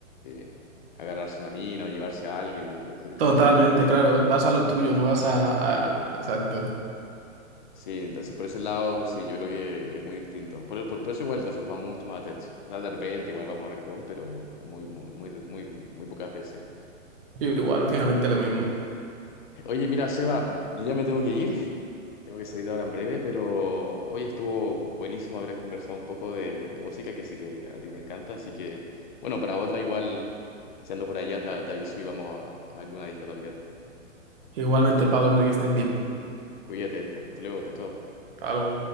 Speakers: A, on the left (about 35°); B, on the right (about 45°).
A: eh, agarrarse una mina o llevarse a alguien, entonces,
B: Totalmente,
A: como que,
B: claro. Vas a lo tuyo, no vas
A: ah,
B: a...
A: lo tuyo.
B: a- Exacto.
A: Sí, entonces por ese lado, sí, yo creo que es muy distinto. Por, por- por eso igual nosotros vamos mucho más a tech. O sea, de repente igual vamos a reggaetón, pero muy, muy, muy, muy, muy pocas veces.
B: Yo igual, últimamente lo mismo.
A: Oye, mira, Seba, yo ya me tengo que ir, Tengo que salir ahora en breve, pero hoy estuvo buenísimo haber conversado un poco de, de música, que sé que a ti te encanta, así que, bueno, para otra igual, si ando por allá, te, te aviso y vamos a, a alguna disco también.
B: Igualmente, Pablo, hombre, que estés bien.
A: Cuídate, hasta hasta luego, hasta chao.
B: Algo.